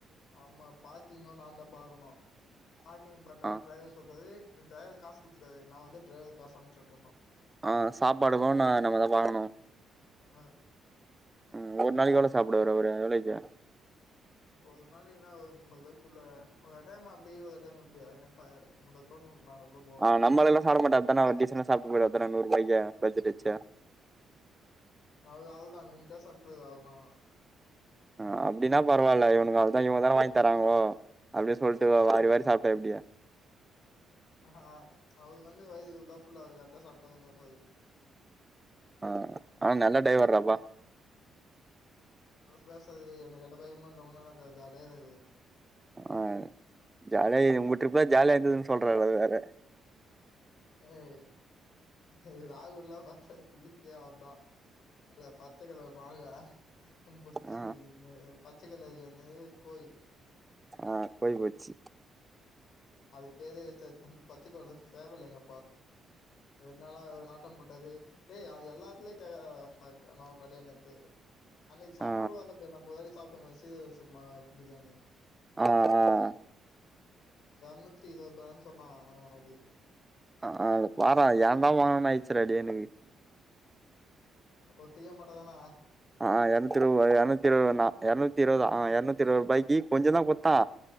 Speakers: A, on the left; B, on the right.
A: ஆமா பார்க்கிங்கும் நான் தான் பாக்கணும் பார்க்கிங் பண்ற
B: ஆ
A: டிரைவர் சொல்றது டிரைவர்க்கு காசு குடுத்துட்டாரு நா வந்து டிரைவர்க்கு காசு அமுச்சி உட்டுரனும்
B: ஆஹ் சாப்பாடு நா நம்மதான் பாக்கணும்
A: அஹ்
B: உம் ஒரு நாளைக்கு எவ்வளோ சாப்பிடுவாரு ஒரு எவலோக்கி
A: ஒரு நாள் என்னாவது மூன்னூருவாய்க்குள்ள ஒரு டைம் அப்டி ஒரு டைம் இப் மூண்ணுறுவா நாண்ணூறுவா
B: ஆ நம்மளெல்லா சாப்ட மாட்டா அதான டீசெண்டா சாப்ட்டு போயிடுவா அதான நூறு ரூபாய்க்கு பட்ஜெட் வச்சு
A: அவ்ளோ தான் லிமிடா சாப்பட்டுவாரு அவளோ ஆஹாம் <unintelligible>
B: ஆஹ் அப்படின்னா பரவாயில்ல இவனுக்காலதான் இவன் தான் வாங்கி தராங்ககோ அப்டின்னு சொல்லிட்டு வாரி வாரி சாப்பிட்ட எப்டி
A: ஆஹா அவருக்கு வந்து வயிரு வந்து ஃபுல்ல ஆகுது கரெக்டா சாப்பிட்டு வந்துனே இருப்பாரு
B: ஆஹ் நல்ல டிரைவர்ட அப்ப
A: நல்லா பேசாது எந்த கெட்ட பழக்கமும் இல்ல ஒண்ணு இல்ல ஜாலியா இருக்காரு
B: உம் ஜாலியா இருக்குது உங்க ட்ரிப்ப ஜாலியா இருக்குதுன்னு சொல்றாரு அது வேற
A: ஏய் ஏய் ராகுல்லாம் பாத்தா சிரிப்பே அவந்தான் அல்ல பச்ச கலர் மாங்க <unintelligible>
B: ஆ
A: பச்சைக்கலர்ல என்னது கோயி
B: ஆஹ் கோயி போச்சி
A: அது பெரிய விஷயத்த அந்த பச்சக்கலரு சேவல் எங்க குதுனால ஆட்டம் போட்டது தேய் அவ எல்லாத்துலயேணும் கடானத்து <unintelligible> அன்னக்கி சாப்ட
B: ஆ
A: கூட வர்ல போ நம்ப சாப்ட்டோங்க சீரகசம்மா பிரியாணி
B: ஆஹ் ஆஹ்
A: இறநூத்தி இருபதுரூபா சொன்னா ஆஹ் அது
B: ஆஹ் அது வாரா ஏண்டா போனோம் ஆயி <unintelligible>
A: ஒத்திக்க மாட்டதானா
B: ஆ எரநூத்தி இருவதுருவா எரநூத்தி இருவதுருவானா எரநூத் த்தி இருவதா அ எரநூத்தி இருவது ரூவாய்கி கொஞ்சதா குடுத்தா